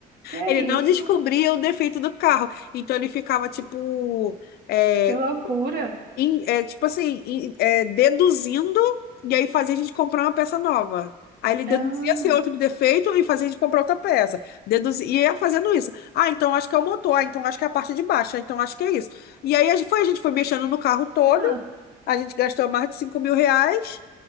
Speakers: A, on the right (about 60°); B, on the left (about 70°).
A: Que é
B: Ele não
A: isso?
B: descobria o defeito do carro. Então ele ficava tipo. eh,
A: Que loucura.
B: em- é, tipo assim, em- é, deduzindo, e aí fazia a gente comprar uma peça nova. Aí ele deduzia
A: Ah,
B: ser outro defeito e fazia a gente comprar outra peça. Deduzia, e ia fazendo isso. Ah, então acho que é o motor, ah, então acho que é a parte de baixo, ah, então acho que é isso. E aí a gente foi, a gente foi mexendo no carro todo,
A: ah,
B: a gente gastou mais de cinco mil reais